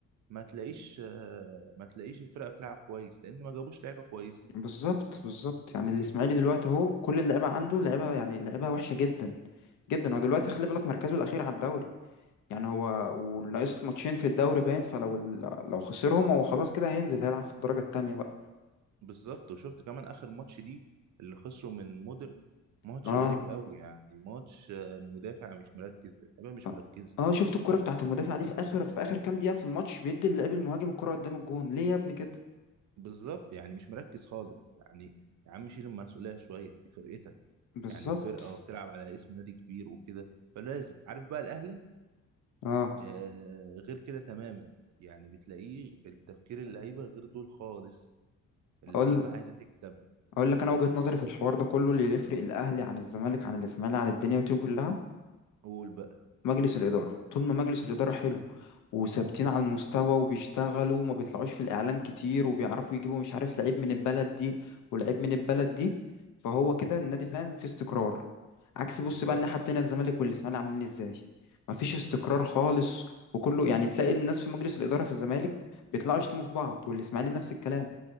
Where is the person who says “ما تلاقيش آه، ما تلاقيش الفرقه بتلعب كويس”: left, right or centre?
Right